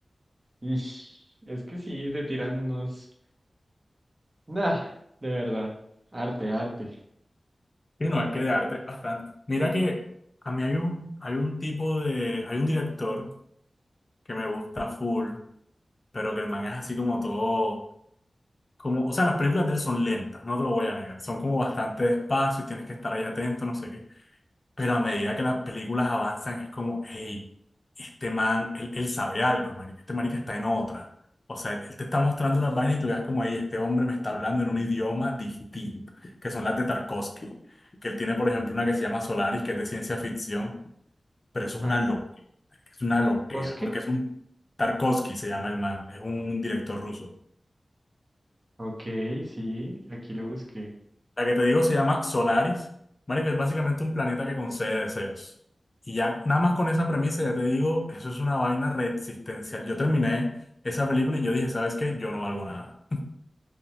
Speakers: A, on the right; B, on the left.
A: Ish, es que sí, se tiran unos... Nah, de verdad. Arte, arte.
B: Y no, es
A: Arte.
B: que de arte es bastante. Mira que a mí hay un, hay un tipo de, hay un director que me gusta full, pero que el man es así como todo, como, o sea, las películas de él son lentas, no te lo voy a negar, son como bastante despacio, tienes que estar ahí atento, no sé qué. Pero a medida que las películas avanzan, es como, hey, este man, él, él sabe algo, marica. Este marica está en otra. O sea, él, él te está mostrando unas vainas y tú ves como, hey, este hombre me está hablando en un idioma distinto, que son las de Tarkovsky. Que él tiene, por ejemplo, una que se llama Solaris, que es de ciencia ficción, pero eso es
A: Car-
B: una loquera, es una
A: ¿Carcosque?
B: loquera, porque es un... Tarkovsky se llama el man, es un director ruso.
A: Ok, sí, aquí lo busqué.
B: La que te digo se llama Solaris. Marica, es básicamente un planeta que concede deseos. Y ya, nada más con esa premisa, ya te digo, eso es una vaina reexistencial. Yo terminé esa película y yo dije, ¿sabes qué? Yo no valgo nada.